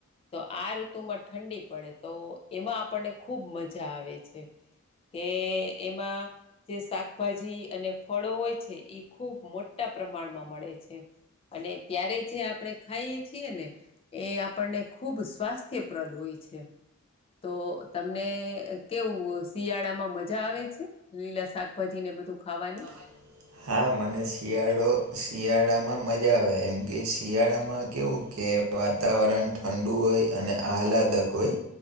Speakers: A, on the left; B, on the right.
A: તો આ ઋતુમાં ઠંડી પડે તો એમાં આપણને ખૂબ મજા આવે છે. કે એમાં જે શાકભાજી અને ફળો હોય છે એ ખૂબ મોટ ટા પ્રમાણમાં મળે છે અને ત્યારે જે આપણે ખાઈએ છીએ ને એ આપણને ખૂબ સ્વાસ્થ્યપ્રદ હોય છે. તો તમને કેવું. શિયાળામાં મજા આવે છે લીલા શાકભાજી ને બધું ખાવાની.
B: <inaudible> હા મને શિયાળો શિયાળામાં મજા આવે એમ કે શિયાળામાં કેવું કે વાતાવરણ ઠંડુ હોય અને આહલાદક ઓય